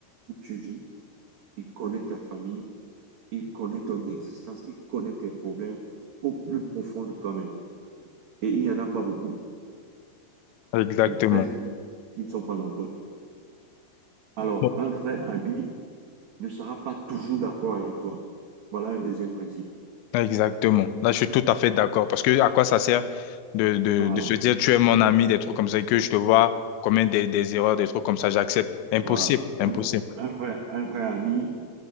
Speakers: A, on the right; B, on the left.
A: où tu vis, il connaît ta famille, Il connaît ton existence, il connaît tes problèmes au plus profond de toi-même. Et il n'y en a pas beaucoup.
B: Exactement.
A: Les vrais amis, ils ne sont pas nombreux. Alors,
B: Bon.
A: un vrai ami ne sera pas toujours d'accord avec toi. Voilà un deuxième principe.
B: Exactement. Là, je suis tout à fait d'accord. Parce que à quoi ça sert de, de,
A: Voilà,
B: de se dire, tu es mon ami, des trucs comme ça, et que je te vois commettre des, des erreurs, des trucs comme ça, j'accepte. Impossible.
A: voilà.
B: Impossible.
A: Un, un vrai, un vrai ami,